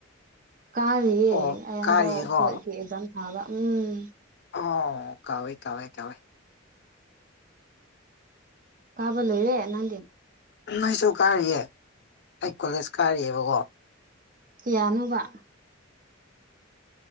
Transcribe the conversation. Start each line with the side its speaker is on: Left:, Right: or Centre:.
Right: ꯀꯥꯔꯤꯌꯦ
Left: ꯑꯣ
Right: ꯑꯩ
Left: ꯀꯥꯔꯤꯀꯣ
Right: ꯍꯟꯗꯛ ꯐꯣꯔꯀꯤ ꯑꯦꯛꯖꯥꯝ ꯊꯥꯕ ꯎꯝ
Left: ꯑꯣ ꯀꯥꯎꯋꯦ ꯀꯥꯎꯋꯦ ꯀꯋꯦ
Right: ꯀꯥꯕꯂꯨ ꯏꯔꯦ ꯅꯗꯅ
Left: ꯅ ꯑꯩꯁꯨ ꯀꯥꯔꯤꯌꯦꯦ ꯑꯩ ꯀꯣꯂꯦꯖ ꯀꯥꯔꯤꯑꯕꯀꯣ
Right: ꯇꯤꯌꯥꯅꯨꯕ